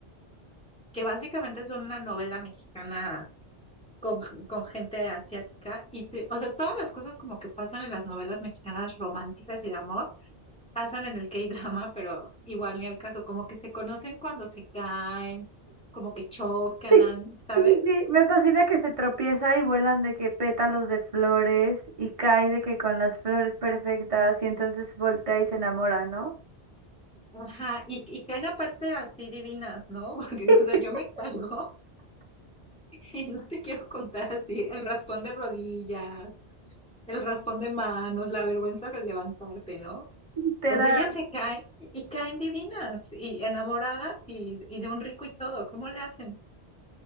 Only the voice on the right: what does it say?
Sí,
sí, sí. sí. Me fascina que se tropieza y vuelan de que pétalos de flores y cae de que con las flores perfectas y entonces voltea y se enamora, ¿no?
<laughs>
Literal.